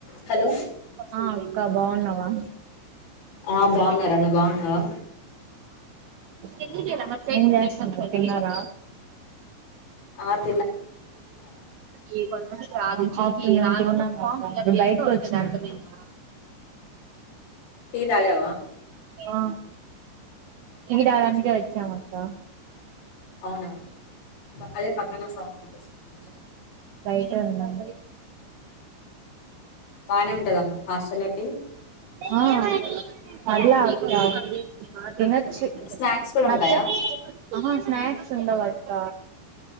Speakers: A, on the left (about 65°); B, on the right (about 75°).
A: హలో
B: ఆ అక్క బాగున్నావా?
A: ఆ బాగున్నారా నువ్ బాగున్నావా
B: <inaudible> తిన్నారా
A: ఆప్
B: ఈ కొండకి ప్రాణం <unintelligible>
A: టీ తాగావా
B: ఆ టీ తాగనీకే వచ్చామక్క
A: అవునా అదే పక్కన షాప్ కని
B: బైటే ఉందాం
A: బానే ఉంటదమ్మ హాస్టల్ల టీ
B: ఆ అడ్లా అక్క తినచ్
A: స్నాక్స్ కూడా
B: నచ్చక్
A: ఉంటాయా
B: అహా స్నాక్స్ ఉండవక్క.